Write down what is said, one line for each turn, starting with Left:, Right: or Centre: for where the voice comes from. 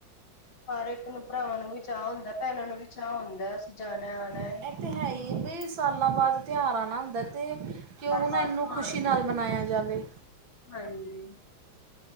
Left: ਹਰ ਇੱਕ ਨੂੰ ਭਰਾਵਾਂ ਨੂੰ ਵੀ ਚਾਅ ਹੁੰਦਾ ਭੈਣਾਂ ਨੂੰ ਵੀ ਚਾਅ ਹੁੰਦਾ ਅਸੀਂ ਜਾਣਾ ਆਉਣਾ
Right: ਇਹ ਤਾਂ ਹੈ ਹੀ ਬਈ ਸਾਲਾਂ ਬਾਅਦ ਤਿਉਹਾਰ ਆਉ ਨਾ ਹੁੰਦਾ ਤੇ ਕਿਉਂ ਨਾ
Left: ਬਾਅਦ
Right: ਇਹਨੂੰ
Left: ਤਿਉਹਾਰ
Right: ਖੁਸ਼ੀ
Left: ਆਂਦੇ।
Right: ਨਾਲ ਮਨਾਇਆ ਜਾਵੇ
Left: ਹਾਂਜੀ।